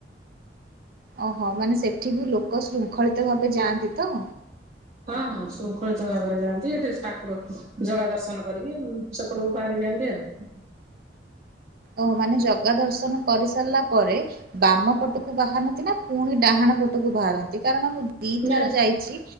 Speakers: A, on the right; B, on the right.
A: ଓହୋ ମାନେ ସେଠି ବି ଲୋକ ଶୃଙ୍ଖଳିତ ଭାବେ ଯାଆନ୍ତି ତ।
B: ହଁ ହଁ ଶୃଙ୍ଖଳିତ ଭାବରେ ଯାଆନ୍ତି ଏଠି ଠାକୁର ଜଗା ଦର୍ଶନ କରିକି ସେପଟକୁ ବାହାରି ଯାଆନ୍ତି ଆଉ।
A: ଓହୋ ମାନେ ଜଗା ଦର୍ଶନ କରିସାରିଲା ପରେ ବାମ ପଟକୁ ବାହାରନ୍ତି ନା ପୁଣି ଡାହାଣ ପଟକୁ ବାହାରନ୍ତି କାରଣ ମୁଁ। ଦିଥର
B: ନା
A: ଯାଇଛି